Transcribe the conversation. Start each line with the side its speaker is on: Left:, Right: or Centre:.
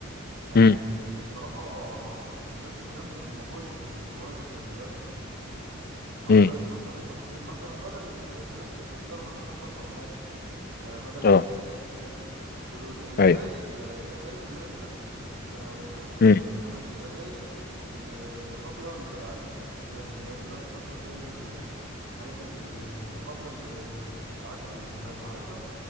Right: يعني
Left: مم.
Right: بصراحة البلاستيك ده من المصايب القوية جدا دلوقتي في البيئة هو
Left: مم.
Right: دلوقتي مثلا انت ممكن مثلا بدل البلاستيك تستخدم مثلا شنطة قماش آه، بدل الأكياس
Left: اه
Right: الحاجات دي والازاز
Left: ايوه
Right: الازاز اللي هي البلاستيك آه، ممكن تستخدم
Left: مم.
Right: مثلا الازاز اللي اللي قبل إعادة الاستخدام اللي هي دلوقتي مثلا زي ال- الحاجات ال- اللي قبل ال- ال- إعادة الاستخدام عارفها